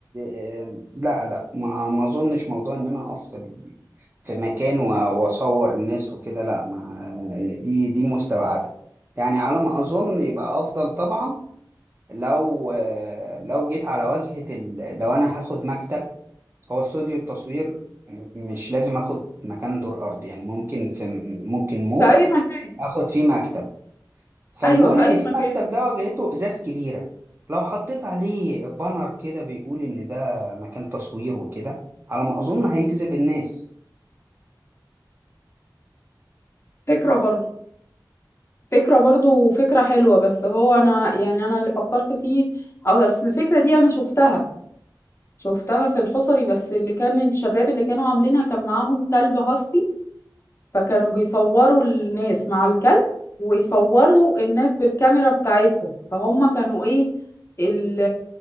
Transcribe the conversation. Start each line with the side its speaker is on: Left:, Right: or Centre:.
Right: آه، لا لا ما ما اظنش موضوع ان انا اقف في في مكان و- واصور الناس وكده لا ما دي دي مستبعدة يعني على ما اظن يبقى افضل طبعا لو آه، لو جيت على واجهة ال... لو أنا هاخد مكتب هو استوديو التصوير م- مش لازم آخد مكان دور أرضي يعني ممكن في ممكن مول
Left: في اي مكان
Right: آخد فيه مكتب فالمول
Left: ايوه في
Right: اللي
Left: اي
Right: فيه
Left: مكان
Right: مكتب ده واجهته إزاز كبيرة لو حطيت عليه بانر كده بيقول إن ده مكان تصوير وكده على ما أظن هيجذب الناس
Left: فكره برضو فكره برضو فكره حلوه بس هو انا يعني انا اللي فكرت فيه او أصل الفكره دي انا شفتها شفتها في الحصري بس اللي كان الشباب اللي كانوا عاملينها كان معاهم كلب هاسكي فكانوا بيصوروا الناس مع الكلب ويصوروا الناس بالكاميرا بتاعتهم فهم كانوا ايه ال-